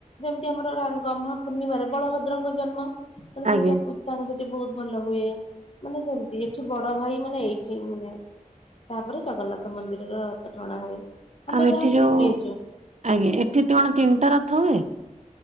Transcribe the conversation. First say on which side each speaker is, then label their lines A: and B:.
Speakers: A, on the left (about 45°); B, on the right (about 55°).
A: ଯେମିତି ଆମର ରା ଗମ୍ହା ପୂର୍ଣ୍ଣିମାରେ ବଳଭଦ୍ରଙ୍କ ଜନ୍ମ ମାନେ
B: ଆଜ୍ଞା
A: ସେଇଟା ପୁ ତାଙ୍କ ସେଠି ବହୁତ ଭଲ ହୁଏ ମାନେ ସେମିତି ଏଠି ବଡ ଭାଇ ମାନେ ଏଇଠି ମାନେ ତାପରେ ଜଗନ୍ନାଥ ମନ୍ଦିରର ରଥ ଟଣା ହୁଏ। ଆମେ
B: ଆଉ
A: ଯାହା
B: ଏଠି ଯୋଉ
A: ଶୁଣିଛୁ
B: ଆଜ୍ଞା, ଏଠି କଣ ତିନିଟା ରଥ ହଏ?